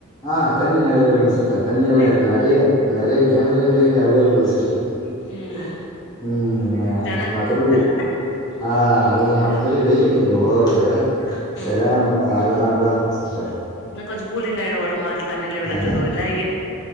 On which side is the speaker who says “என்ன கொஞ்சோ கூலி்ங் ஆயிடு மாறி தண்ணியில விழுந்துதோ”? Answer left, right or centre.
Left